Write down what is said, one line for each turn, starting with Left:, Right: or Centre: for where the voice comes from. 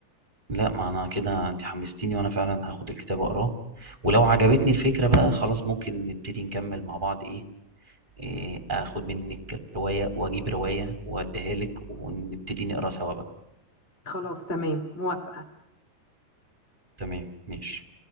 Right: لا ما انا كده انت حمستيني وانا فعلا هاخد الكتاب اقراه ولو عجبتني الفكره بقى خلاص ممكن نبتدي نكمل مع بعض ايه إيه، اخد منك روايه واجيب روايه واديها لك ونبتدي نقرا سوا بقى
Left: خلاص تمام موافقه
Right: تمام ماشي